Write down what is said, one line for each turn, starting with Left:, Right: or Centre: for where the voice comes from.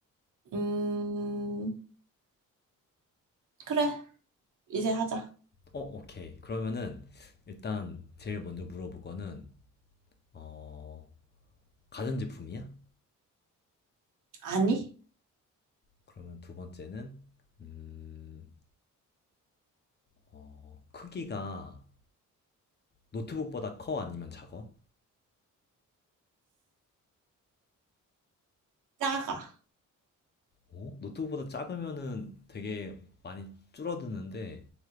Right: 음, 그래. 이제 하자.
Left: 어, 오케이. 그러면은 일단 제일 먼저 물어볼 거는 어, 가전제품이야?
Right: 아니,
Left: 그러면 두 번째는 음, 어, 크기가 노트북보다 커 아니면 작아?
Right: 작아.
Left: 오? 노트북보다 작으면은 되게 많이 줄어드는데